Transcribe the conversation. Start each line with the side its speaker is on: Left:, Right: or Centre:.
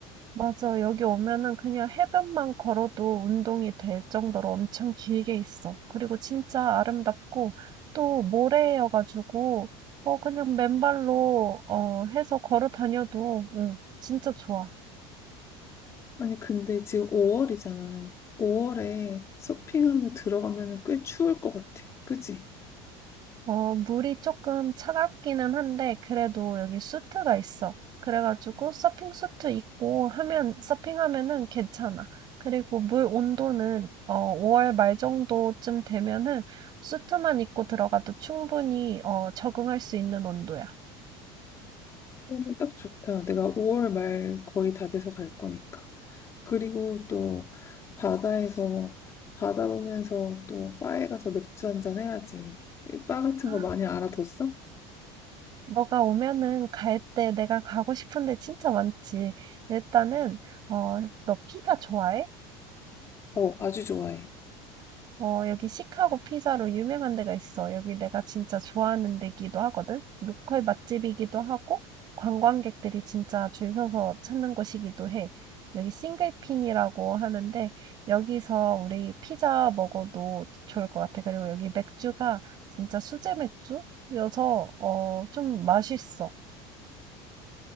Right: 맞아, 여기 오면은 그냥 해변만 걸어도 운동이 될 정도로 엄청 길게 있어. 그리고 진짜 아름답고 또 모래여가지고 어, 그냥 맨발로 어, 해서 걸어 다녀도 응, 진짜 좋아.
Left: 아니, 근데 지금 5월이잖아. 5월에 서핑하면 들어가면 꽤 추울 것 같아. 그치?
Right: 어, 물이 조금 차갑기는 한데, 그래도 여기 수트가 있어. 그래가지고 서핑 수트 입고 하면, 서핑하면은 괜찮아. 그리고 물 온도는, 어, 5월 말 정도쯤 되면은 수트만 입고 들어가도 충분히, 어, 적응할 수 있는 온도야.
Left: 그러면 딱 좋다. 내가 5월 말 거의 다 돼서 갈 거니까. 그리고 또 바다에서 뭐 바다 보면서 또 바에 가서 맥주 한잔 해야지. 바 같은
Right: 아,
Left: 거 많이 알아뒀어?
Right: 너가 오면은 갈 때 내가 가고 싶은데 진짜 많지. 일단은, 어, 너 피자 좋아해?
Left: 어, 아주 좋아해.
Right: 어, 여기 시카고 피자로 유명한 데가 있어. 여기 내가 진짜 좋아하는 데기도 하거든. 로컬 맛집이기도 하고, 관광객들이 진짜 줄 서서 찾는 곳이기도 해. 여기 싱글핀이라고 하는데, 여기서 우리 피자 먹어도 좋을 것 같아. 그리고 여기 맥주가 진짜 수제 맥주여서, 어, 좀 맛있어.